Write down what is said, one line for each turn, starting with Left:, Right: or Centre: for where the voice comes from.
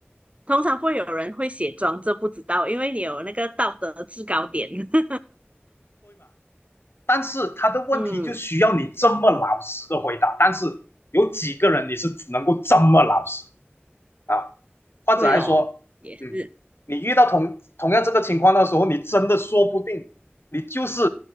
Right: 通常不会有人会写装这不知道，因为你有那个道德制高点。<laughs>
Left: 但是他的问题就需要你这么老实的回答。
Right: 嗯，
Left: 但是有几个人你是能够这么老实啊？或者还说，
Right: 对咯，也是，
Left: 嗯，你遇到同同样这个情况的时候，你真的说不定你就是